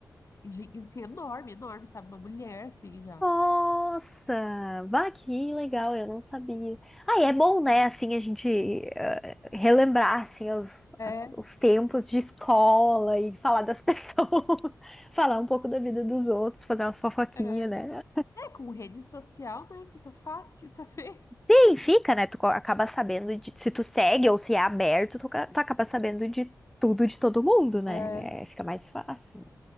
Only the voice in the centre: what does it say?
Nossa, bah, que legal, eu não sabia. Ah, e é bom, né, assim, a gente eh, relembrar, assim, os,
a- os tempos de escola e falar das <laughs> pessoas, falar um pouco da vida dos outros, fazer umas fofoquinhas,
né?
Sim, fica, né, tu co- acaba sabendo de, se tu segue ou se é aberto, tu, ca- tu acaba sabendo de tudo de todo mundo, né?
É, fica mais fácil.